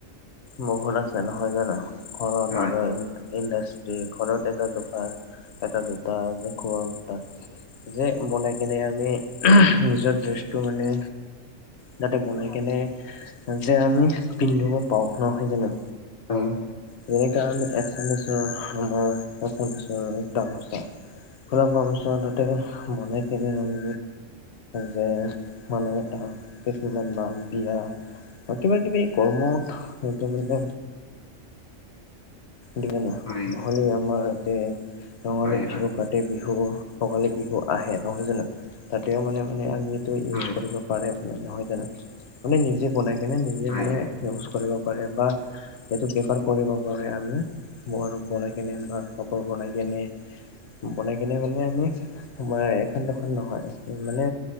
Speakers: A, on the left; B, on the left.
A: বহুত আছে নহয় জানো ঘৰত
B: হয়
A: আৰু ইণ্ডাষ্ট্ৰি ঘৰত এটা দুটা এটা দুটা যে খোৱা সূতা যে বনাই কেনে আমি নিজৰ ড্ৰেছটো মানে যাতে বনাই কেনে যে আমি পিন্ধিব পাৰো। নহয় জানো?
B: উম।
A: যেনেকা আমি আছামিছৰ আমাৰ আছামিছৰ গামোচা ফুলাম গামোচা তাতে বনাই কিনি আনি যে মানুহে এ কিছুমান বা বিয়া বা কিবা কিবি কৰ্মত এইটো মানে দিয়ে ন
B: হয়
A: নহ'লে আমাৰ যে ৰঙালী
B: হয়
A: বিহু, কা তি বিহু, ভোগালী বিহু আহে নহয় জানো তাতেও মানে মানে আমি ত'
B: হয়
A: ইউজ কৰিব পাৰে মানে নহয় জানো মানে নিজে বনাই কেনে নিজে
B: হয়
A: মানে ইউজ কৰিব পাৰে বা সেইটো বেপাৰ কৰিব পাৰে আমি। বনাই কেনে বা কাপোৰ বনাই কেনে বনাই কেনে মানে আমি এখন দুখন নহয় মানে